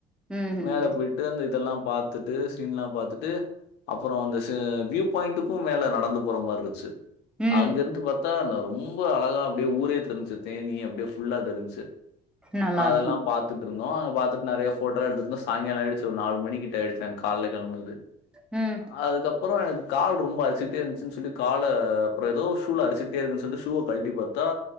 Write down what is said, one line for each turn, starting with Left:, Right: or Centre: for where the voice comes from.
Centre: ம் ம்
Left: மேல போய்ட்டு அந்த இதெல்லாம் பாத்துட்டு சீன்லாம் பாத்துட்டு அப்பறோ அந்த ச வியூ பாயிண்ட்டுக்கு மேல நடந்து போற மாருந்ச்சு
Centre: ம்
Left: அங்கிருந்து பாத்தா ந ரொம்போ அழகா அப்டியே ஊரே தெரிஞ்ச்சு தேனி அப்டியே ஃபுல்லா தெரிஞ்ச்சு
Centre: நல்லா
Left: அதல்லாம்
Centre: இருக்கு
Left: பாத்துட்ருந்தோ அங்க பாத்துட் நறையா ஃபோட்டோ எத்துட்னோ சாய்ங்காலோ ஆயிடுச்சு ஒரு நாலு மணிக்கு கிட்ட ஆய்டுச்சு நாங் கால்ல கெலம்பனது
Centre: ம்
Left: அதுக்கப்பறோ எனக்கு கால் ரொம்ப அரிச்சுக்ட்டே இருந்ச்சுன் சொல்லி கால அப்பற எதோ ஷீல அரிச்சுக்ட்டே இருக்குன் சொல்ட்டு ஷூவ கழ்ட்டி பாத் தா